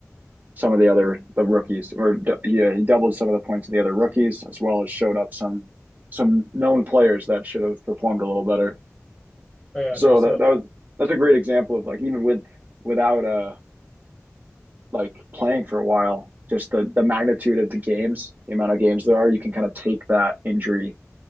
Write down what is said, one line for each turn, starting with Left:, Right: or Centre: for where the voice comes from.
Right: some of the other the rookies, or yeah, he doubled some of the points of the other rookies, as well as showed up some some known players that should have performed a little better.
Left: I got
Right: So
Left: you. So
Right: that that was, that's a great example of like even with without uh like playing for a while, just the the magnitude of the games, the amount of games there are, you can kind of take that injury